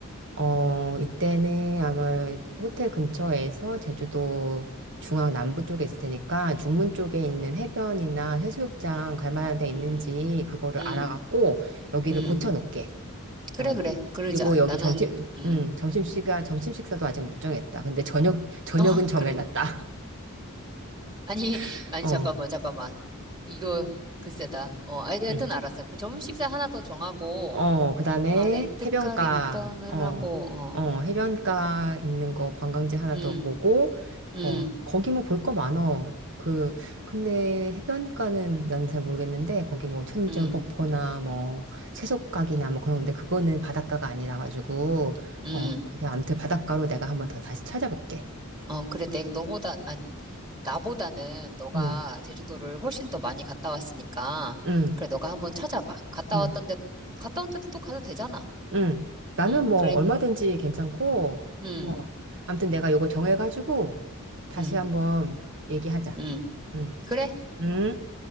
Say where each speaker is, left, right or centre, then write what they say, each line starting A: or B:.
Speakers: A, on the right (about 55°); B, on the right (about 20°).
A: 어 이때는 아마 호텔 근처에서 제주도 중앙 남부 쪽에 있을 테니까 중문 쪽에 있는 해변이나 해수욕장 갈 만한 데 있는지
B: 음,
A: 그거를
B: 음,
A: 알아갖고 여기를
B: 음.
A: 고쳐 놓게.
B: 그래,
A: 어.
B: 그래. 그러자.
A: 그리고 여기
B: 나는,
A: 점심
B: 음.
A: 음 점심 시간 점심 식사도 아직 못 정했다. 근데 저녁 저녁은
B: 어, <laughs>
A: 정해놨다.
B: 그러네. 아니,
A: <laughs>
B: 아니,
A: 어.
B: 잠깐만, 잠깐만. 이거, 글쎄다. 어, 아, 여튼
A: 음.
B: 알았어. 그 점심 식사 하나 더 정하고,
A: 어, 그다음에
B: 아, 렌트카
A: 해변가,
B: 리턴을
A: 어,
B: 하고, 어,
A: 어, 해변가 있는 거 관광지 하나
B: 음,
A: 더 보고,
B: 음,
A: 어, 거기 뭐 볼 거 많어. 그, 근데 해변가는 난 잘 모르겠는데, 거기 뭐 천지연
B: 음,
A: 폭포나 뭐 채석각이나 뭐 그런 건데, 그거는 바닷가가 아니라 가지고,
B: 음.
A: 어, 그래서 아무튼 바닷가로 내가 한번 더 다시 찾아볼게.
B: 어, 그래. 내, 너보다, 아, 나보다는 너가
A: 응,
B: 제주도를 훨씬 더 많이 갔다 왔으니까
A: 응,
B: 그래 너가 한번 찾아봐. 갔다
A: 응.
B: 왔던데 갔다 온 데도 또 가도 되잖아.
A: 응. 나는
B: 응,
A: 뭐
B: 그래,
A: 얼마든지 괜찮고,
B: 응,
A: 어. 아무튼 내가 요거 정해가지고 다시
B: 응,
A: 한번 얘기하자.
B: 응.
A: 응.
B: 그래,
A: 응.